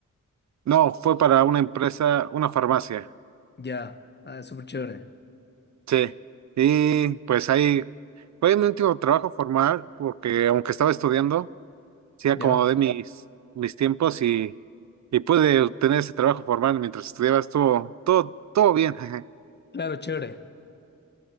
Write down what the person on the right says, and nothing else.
No, fue para una empresa, una farmacia,
sí. Y pues ahí fue mi último trabajo formal, porque aunque estaba estudiando, sí acomodé
mis, mis tiempos y, y pude obtener ese trabajo formal mientras estudiaba, estuvo todo, todo bien. <laughs>